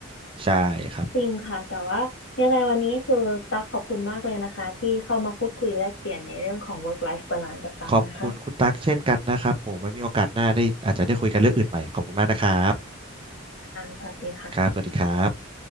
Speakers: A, on the right (about 25°); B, on the left (about 60°).
A: ใช่ครับผม
B: จริงค่ะแต่ว่ายังไงวันนี้คือตั๊กขอบคุณมากเลยนะคะที่เข้ามาพูดคุยแลกเปลี่ยนในเรื่องของ work life balance กับตั๊กนะคะ
A: ขอบคุณคุณตั๊กเช่นกันนะครับผมไม่มีโอกาสหน้าได้อาจจะได้คุยกันเรื่องอื่นใหม่ขอบคุณมากนะครับ
B: อ่าสวัสดีค่ะ
A: ครับสวัสดีครับ